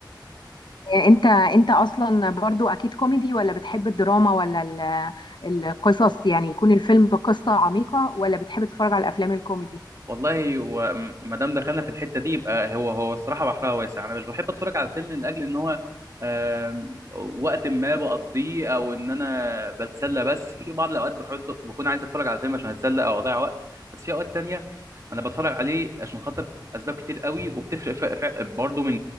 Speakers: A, on the left; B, on the right.
A: انت انت اصلا برضو اكيد كوميدي ولا بتحب الدراما ولا ال- القصص يعني يكون الفيلم قصة عميقة ولا بتحب تتفرج على الافلام الكوميدي
B: والله هو ما دام دخلنا في الحته دي يبقى هو هو الصراحه بحرها واسع انا مش بحب اتفرج على الفيلم لاجل ان هو آم، وقت ما بقضيه او ان انا بتسلى بس في بعض الاوقات بحب- بكون عايز اتفرج على فيلم عشان اتسلى او اضيع وقت بس في اوقات تانية انا بتفرج عليه عشان خاطر اسباب كتير قوي وبتفرق ف- ف- برضو من